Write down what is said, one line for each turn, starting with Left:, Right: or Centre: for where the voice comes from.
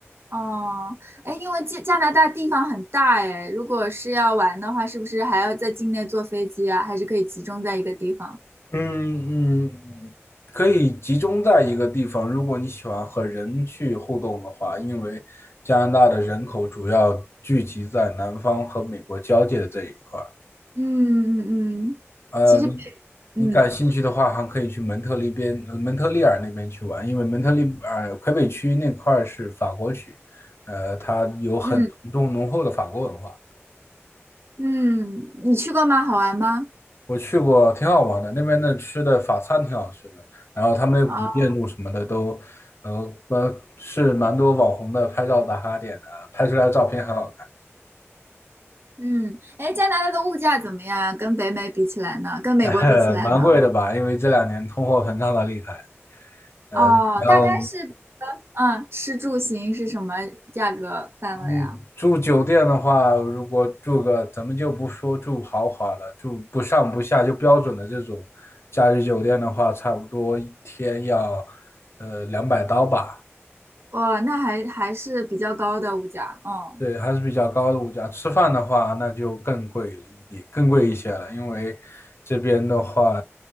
Right: 哦，哎，因为加加拿大地方很大，哎，如果是要玩的话，是不是还要在境内坐飞机啊？还是可以集中在一个地方？
Left: 嗯嗯，可以集中在一个地方。如果你喜欢和人去互动的话，因为加拿大的人口主要聚集在南方和美国交界的这一块儿。
Right: 嗯嗯嗯，
Left: 呃，
Right: 其实，
Left: 你你感兴趣的话，
Right: 嗯
Left: 还可以去蒙特利边、呃蒙特利尔那边去玩，因为蒙特利尔魁北区那块儿是法国区，呃，它有很浓重浓厚的法国文化。
Right: 嗯嗯嗯你去过吗？好玩吗？
Left: 我去过，挺好玩的。那边的吃的法餐挺好吃的，然后他们的古建筑什么的都，
Right: 啊。
Left: 呃呃，是蛮多网红的拍照打卡点的，拍出来的照片很好看。
Right: 嗯，哎，加拿大的物价怎么样啊跟北美比起来呢？跟美国比起来呢？
Left: <laughs> 呃，蛮贵的吧？因为这两年通货膨胀的厉害。呃，
Right: 哦，
Left: 你要
Right: 大概是，嗯，吃住行是什么价格范围啊？
Left: 嗯住酒店的话，如果住个咱们就不说住豪华了，住不上不下就标准的这种假日酒店的话，差不多一天要呃两百刀吧。
Right: 哇，那还还是比较高的物价，哦，
Left: 对，还是比较高的物价。吃饭的话，那就更贵了一点，更贵一些了，因为这边的话，